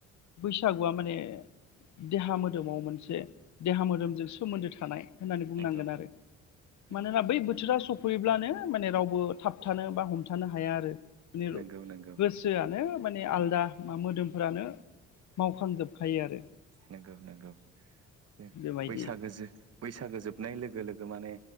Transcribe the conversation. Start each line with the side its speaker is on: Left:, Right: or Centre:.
Left: बैसागुआ माने देहा मोदोमाव मोनसे देहा मोदोमजों सोमोन्दो थानाय होननानै बुंनांगोन
Right: नंगौ
Left: आरो
Right: नंगौ
Left: मानोना बै बोथोरा स- फैब्लानो माने रावबो थाबथानो बा हमथानो हाया आरो माने
Right: नंगौ नंगौ
Left: गोसोआनो माने आलदा
Right: नंगौ
Left: मा मोदोमफोरानो मावखांजोब खायो आरो
Right: नंगौ नंगौ जो
Left: बेबायदि
Right: बैसागोजों बैसागो जोबनाय लोगो लोगो माने